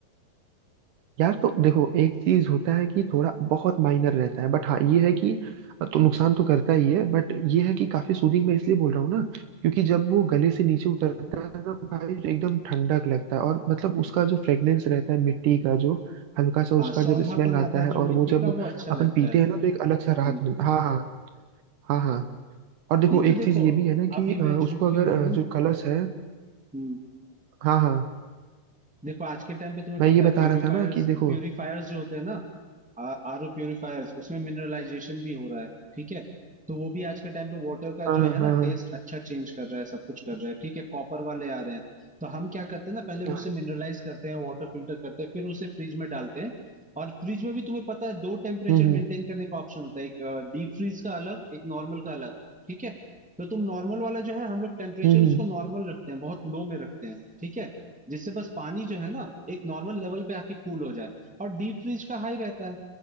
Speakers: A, on the right (about 70°); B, in the centre.
A: यार तो देखो एक चीज होता है कि थोड़ा बहुत माइनर रहता है बट हाँ ये है कि तो नुकसान तो करता ही है बट ये है कि काफी सूदिंग मैं इसलिए बोल रहा हूँ ना क्योंकि जब वो गले से नीचे उतरता है ना भाई तो एकदम ठंडक लगता है और मतलब उसका जो फ्रेग्रेंस रहता है मिट्टी का जो हल्का सा उसका
B: हाँ सौंधापन
A: जब स्मेल आता
B: आता है
A: है
B: जो
A: और
B: मिट्टी
A: वो जब
B: का वो अच्छा लगता
A: अपन पीते
B: है
A: हैं ना तो एक अलग सा
B: हम्म
A: राहत मिलता है। हाँ हाँ हाँ हाँ और देखो
B: नहीं
A: एक
B: तो देखो
A: चीज ये भी है ना
B: अभी
A: कि अ,
B: मैं
A: उसको
B: झूठ क्यों
A: अगर
B: बोलूं
A: अ, जो कलश है
B: हम्म
A: हाँ हाँ
B: देखो आज के टाइम पे तुम्हें
A: मैं
B: पता
A: ये
B: है
A: बता
B: प्यूरिफायर्स
A: रहा था ना कि देखो
B: प्यूरिफायर्स जो होते हैं ना आर ओ प्यूरिफायर्स उसमें मिनरलाइजेशन भी हो रहा है ठीक है तो वो भी आज के टाइम पे वाटर का
A: हाँ
B: जो
A: हाँ
B: है
A: हाँ
B: ना टेस्ट अच्छा चेंज कर रहा है सब कुछ कर रहा है ठीक है कॉपर वाले आ रहे हैं तो हम क्या करते हैं ना पहले
A: हाँ।
B: उसे मिनरलाइज करते हैं वाटर फिल्टर करते हैं फिर उसे फ्रिज में डालते हैं और फ्रिज में भी तुम्हें पता है दो टेम्परेचर
A: हम्म
B: मेंटेन
A: हम्म
B: करने का ऑप्शन होता है एक डीप फ्रीज का अलग एक नॉर्मल का अलग ठीक है तो तुम नॉर्मल वाला जो है हम लोग टेम्परेचर
A: हम्म
B: उसको
A: हम्म।
B: नॉर्मल रखते हैं बहुत लो में रखते हैं ठीक है जिससे बस पानी जो है ना एक नॉर्मल लेवल पे आके कूल हो जाए और डीप फ्रीज का हाई रहता है